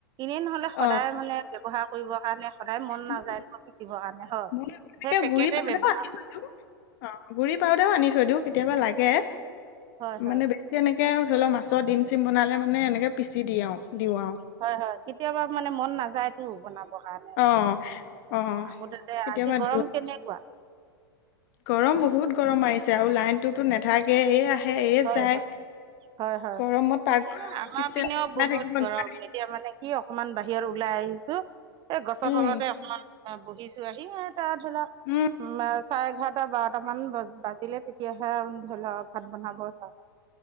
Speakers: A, on the right; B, on the left.
A: ইনেই নহলে সদায়
B: অ
A: মানে ব্যৱহাৰ কৰিব কাৰণে সদায় মন
B: কিন্তু
A: নাযায় নহয় পিচিবৰ কাৰণে হয়,
B: মই এনেকে
A: সেই পেকেটে
B: গুড়ি পাউদাৰো
A: ব্যৱহাৰ
B: আনি থৈ দিওঁ অ', গুৰি পাউদাৰও আনি থৈ দিওঁ, কেতিয়াবা লাগে।
A: হয় হয়
B: মানে বে তেনেকে আও ধৰি লওঁক মাছৰ ডিম চিম বনালে মানে এনেকে পিচি দিও দিওঁ আৰু।
A: হয়, হয়। কেতিয়াবা মানে মন নাযায় টো বনা পঢ়া নাই।
B: অ অ
A: আকৌ তাতে
B: কেতিয়াবা
A: আজি গৰম
B: দিওঁ
A: কেনেকুৱা?
B: গৰম বহুত গৰম মাৰিছে আৰু লাইনটোতো নেথাকেই, এই আহে এ
A: হয়
B: যায়।
A: হয় হয়, হয়।
B: গৰমত পাক
A: আমাৰ
B: কিচেন
A: পিনেও
B: সোমাই
A: বহুত
B: থাকিব
A: গৰম
B: নোৱাৰি
A: এতিয়া মানে কি, অকমান বাহিৰত ওলাই আহিছো, এই গছৰ
B: উম
A: তলতে অকমান অ', বহিছো আহি এই তাত ধৰি ল,
B: উম
A: মাছ চাৰে এঘাৰটা, বাৰটামান বাজিলে তেতিয়াহে ধৰি ল, ভাত বনাব যাওঁ।